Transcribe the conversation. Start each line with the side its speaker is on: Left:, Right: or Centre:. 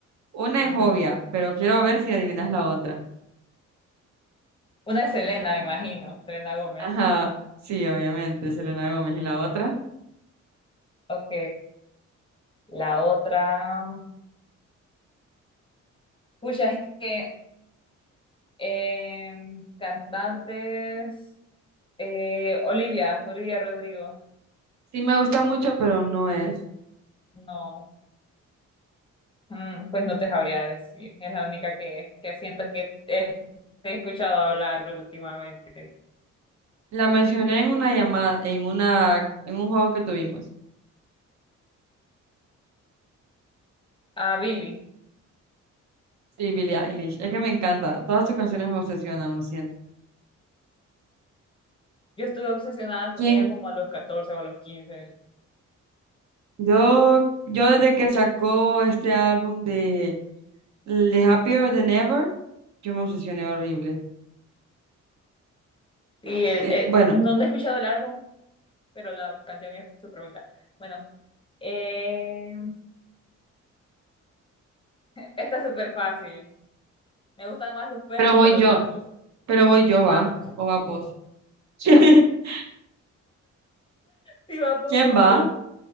Right: Una
Left: Ujú.
Right: es obvia, pero quiero ver si adivinas la otra.
Left: Una es Selena, me imagino. Selena Gómez.
Right: Ajá, sí, obviamente, Selena Gómez. ¿Y la otra?
Left: Ok. La otra. Pucha, es que Eh, cantantes. eh, Olivia, Olivia Rodrigo.
Right: Sí me gusta mucho, pero no es.
Left: No, mm, pues no te sabría decir. Es la única que, que siento que eh, te he escuchado hablar últimamente.
Right: La mencioné en una llamada, en una, en un juego que tuvimos.
Left: A Billy.
Right: Sí, Billie Eilish. Es que me encanta. Todas sus canciones me obsesionan, lo siento.
Left: Yo estuve obsesionada con
Right: ¿Quién?
Left: ella como a los 14 o a los quince
Right: Yo, yo desde que sacó este álbum de, de Happier Than Ever. Yo me obsesioné horrible.
Left: Y
Right: Es
Left: el,
Right: que
Left: eh,
Right: bueno,
Left: no, no he escuchado el álbum, pero la canción es súper bonita. Bueno, eh, esta es súper fácil. ¿Me gustan más los perros
Right: pero voy
Left: o los
Right: yo,
Left: gatos?
Right: pero voy yo, va,
Left: Ah,
Right: o vas vos. <laughs>
Left: sí, vamos,
Right: ¿Quién
Left: vamos.
Right: va?